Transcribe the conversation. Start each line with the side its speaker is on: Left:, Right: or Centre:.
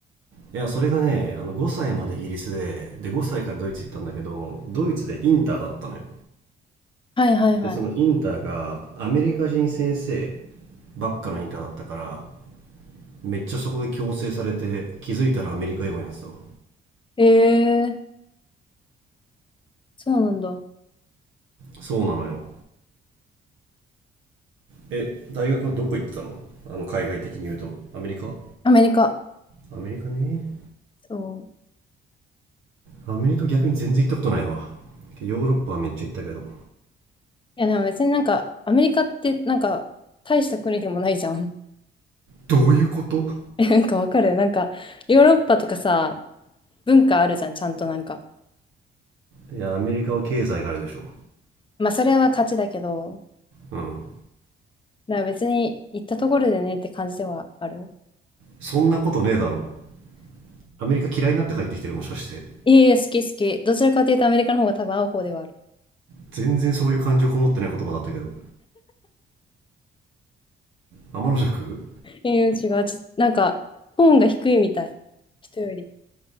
Right: やそれがねあの5歳までイギリスでで5歳からドイツ行ったんだけどドイツでインターだったのよ
Left: はいはいは
Right: でそのインターがアメリカ人先生ばっかのインターだったからめっちゃそこで強制されて気づいたらアメリカ英語になってたわ
Left: い。えー、そうなんだ。
Right: そうなのよえ大学はどこ行ってたのあの海外的に言うとアメリカ
Left: アメリカ。
Right: アメリカね
Left: そう。
Right: アメリカ逆に全然行ったことないわヨーロッパはめっちゃ行ったけど
Left: いや、でも別になんか、アメリカって、なんか、大した国でもないじゃん。
Right: どういうこと
Left: <laughs> え、なんかわかるなんか、ヨーロッパとかさ、文化あるじゃん、ちゃんとなんか。
Right: いやアメリカは経済があるでしょ
Left: まあ、それは勝ちだけど、
Right: うん
Left: だから別に行ったところでねって感じではある。
Right: そんなことねえだろアメリカ嫌いになって帰ってきてるもしかして
Left: いえいえ、好き好き。どちらかというとアメリカの方が多分合う方ではある。
Right: 全然そういう感情こもってない言葉だったけど天の尺
Left: ええ違う。ちょ、なんか、トーンが低いみたい。人より。